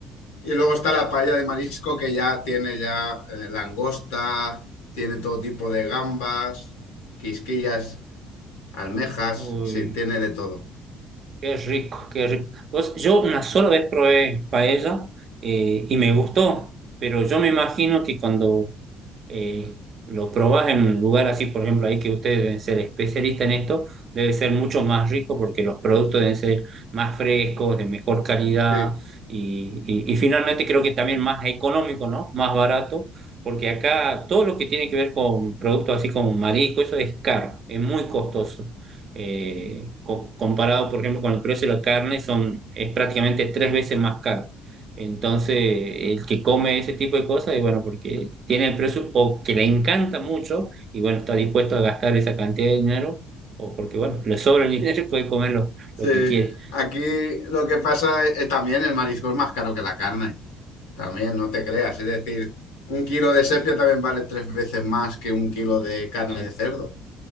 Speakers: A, on the left (about 85°); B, on the right (about 50°).
A: Y luego está la paella de marisco que ya tiene ya eh, langosta, tiene todo tipo de gambas, quisquillas, almejas,
B: Uy,
A: sí, tiene de todo.
B: qué rico, qué rico. Vos, yo una sola vez probé paella eh, y me gustó, pero yo me imagino que cuando eh, lo probás en un lugar así, por ejemplo, ahí que ustedes deben ser especialistas en esto, debe ser mucho más rico porque los productos deben ser más frescos, de mejor calidad
A: Sí,
B: y, y- y finalmente creo que también más económico, ¿no? Más barato, porque acá todo lo que tiene que ver con productos así como marisco, eso es caro, es muy costoso. Eh, co- comparado, por ejemplo, con el precio de la carne, son, es prácticamente tres veces más caro. Entonces, el que come ese tipo de cosas, y bueno, porque tiene el presupuesto, o que le encanta mucho, y bueno, está dispuesto a gastar esa cantidad de dinero, o porque, bueno, le sobra el dinero y puede comer lo,
A: sí.
B: lo que quiere.
A: Aquí lo que pasa es, eh, también el marisco es más caro que la carne, también, no te creas. Es decir, un kilo de sepia también vale tres veces más que un kilo de carne de cerdo.